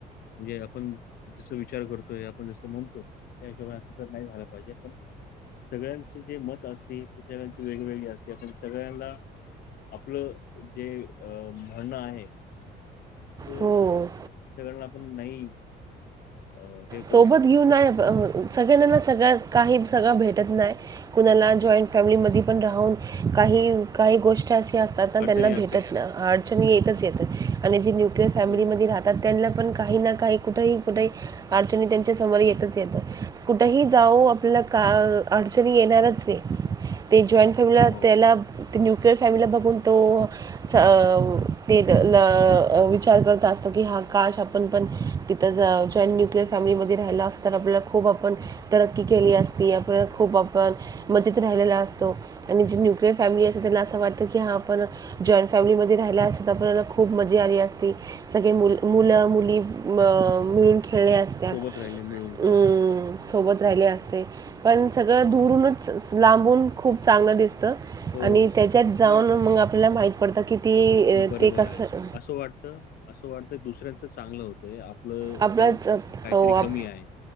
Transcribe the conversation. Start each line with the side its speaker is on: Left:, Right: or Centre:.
Left: म्हणजे आपण जस विचार करतोय आपण जसं म्हणतो त्या हिशोबानं अस तर नाही झालं पाहिजे पण, सगळ्यांचे जे मत असते ते सगळ्यांचे वेगवेगळी असते, आपण सगळ्यांना आपलं जे म्हणणं आहे ते
Right: हो
Left: सगळ्यांना आपण नाही अ, हे करू
Right: सोबत
Left: शकतो.
Right: घेऊन नाय सगळ्यांना सगळ काही सगळं भेटत नाय कुणाला जॉईंट फॅमिलीमधी पण राहून काही, काही गोष्ट्या ती असतात, त्यानंला
Left: अडचणी असतात.
Right: भेटत नाय अडचणी येतच येतात आणि जे न्यूक्लियर फॅमिली
Left: हो,
Right: मध्ये राहत तर त्यानंला पण काही ना काही कुठेही कुठेही अडचणी त्यांच्या समोर येतच येतं, कुठेही जावो आपल्याला का, अडचणी येणारच हेय ते जॉईंट फॅमिलीला
Left: हो.
Right: त्येला न्यूक्लियर फॅमिलीला बघून तो च, ते, गं ल, ते विचार करत असतो की हा का श आपण पण तिथं ज जॉईंट न्यूक्लियर फॅमिलीमध्ये राहिला असताना आपल्याला खूप आपण तरक्की केली असती असं आपण खूप आपण, मजेत राहिलेला असतो. आणि जी न्यूक्लियर फॅमिली असते त्यानंला असं वाटतं की हा पण जॉईंट फॅमिलीमध्ये राहिला असता तर आपल्याला खूप मजा आली असती. सगळे मु मुलं मुली अ मिळून खेळल्यात त्यात,
Left: सोबत राहिले मिळून.
Right: हम्मं
Left: हो,
Right: सोबत राहिले असते, पण सगळं दुरूनच, लांबून खूप चांगलं दिसतं
Left: हो.
Right: आणि त्याच्यात जाऊन
Left: तुम्ही
Right: मग आपल्याला माहीत पडत की ती अं,
Left: बरोबर
Right: ते कसं
Left: हाय, असं वाटत, असं वाटतं दुसऱ्यांचं चांगलं होतंय आप आपलं
Right: आपलाच
Left: खड काहीतरी
Right: हो आप
Left: कमी आहे,